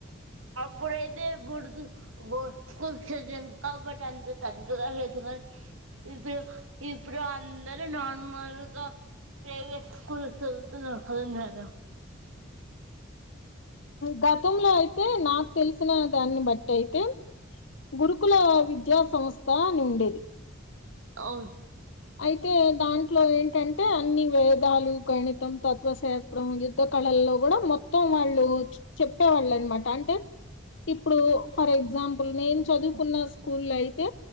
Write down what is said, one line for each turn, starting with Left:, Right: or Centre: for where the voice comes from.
Right: ఇప్పుడైతే బుడు బోర్డ్ స్కూల్ చదివాను కాబట్టి అంత పెద్దగా లేదు కానీ, ఇప్పుడు ఇప్పుడు అందరు నార్మల్గా ప్రైవేట్ స్కూల్ చదువుతున్నారు కదా మేడం.
Left: గతంలో అయితే నాకు తెలిసిన దాన్ని బట్టైతే గురుకుల విద్యా సంస్థనుండేది.
Right: అవున్
Left: అయితే దాంట్లో ఏంటంటే అన్ని వేదాలు గణితం, తత్వశాస్త్రం, యుద్ధ కళల్లో కూడా మొత్తం వాళ్ళు చెప్పేవాళ్ళ అనమాట అంటే టె ఇప్పుడు ఫర్ ఎగ్జా ఎగ్జాంపుల్ నేను చదువుకున్న స్కూల్ అయితే,